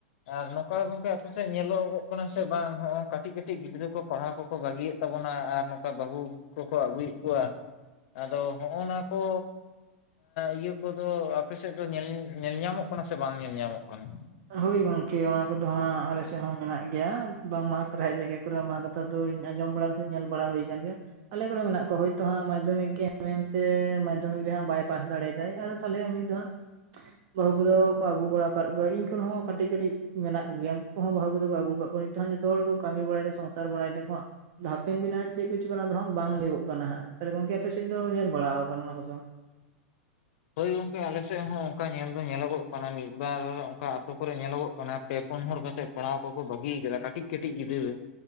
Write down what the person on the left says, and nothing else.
ᱟᱨ ᱱᱚᱝᱠᱟ ᱜᱚᱝᱠᱮ ᱟᱯᱮ ᱥᱮᱫ ᱧᱮᱞᱚᱜᱚᱜ ᱠᱟᱱᱟ ᱥᱮ ᱵᱟᱝ ᱦᱚᱸᱜ ᱠᱟᱹᱴᱤᱡ ᱠᱟᱹᱴᱤᱡ ᱜᱤᱫᱽᱨᱟᱹ ᱠᱚ ᱯᱟᱲᱦᱟᱣ ᱠᱚᱠᱚ ᱵᱟᱹᱜᱤᱭᱮᱫ ᱛᱟᱵᱚᱱᱟ ᱟᱨ ᱱᱚᱝᱠᱟ ᱵᱟᱹᱦᱩ ᱠᱚᱠᱚ ᱟᱹᱜᱩᱭᱮᱫ ᱠᱚᱣᱟ ᱟᱫᱚ ᱦᱚᱸᱜᱼᱚ ᱱᱟ ᱠᱚ ᱤᱭᱟᱹ ᱠᱚᱫᱚ ᱟᱯᱮ ᱥᱮᱫ ᱫᱚ ᱧᱮᱞ ᱧᱮᱞ ᱧᱟᱢᱚᱜ ᱠᱟᱱᱟ ᱥᱮ ᱵᱟᱝ ᱧᱮᱞ ᱧᱟᱢᱚᱜ ᱠᱟᱱᱟ
ᱦᱳᱭ ᱜᱚᱝᱠᱮ ᱟᱞᱮ ᱥᱮᱫ ᱦᱚᱸ ᱚᱱᱠᱟ ᱧᱮᱞ ᱫᱚ ᱧᱮᱞᱚᱜᱚᱜ ᱠᱟᱱᱟ ᱢᱤᱫ ᱵᱟᱨ ᱚᱱᱠᱟ ᱟᱛᱳ ᱠᱚᱨᱮ ᱧᱮᱞᱚᱜᱚᱜ ᱠᱟᱱᱟ ᱯᱮ ᱯᱩᱱ ᱦᱚᱲ ᱠᱟᱛᱮᱫ ᱯᱟᱲᱦᱟᱣ ᱠᱚᱠᱚ ᱵᱟᱹᱜᱤᱭ ᱟᱠᱟᱫᱟ ᱠᱟᱹᱴᱤᱡ ᱠᱟᱹᱴᱤᱡ ᱜᱤᱫᱽᱨᱟᱹ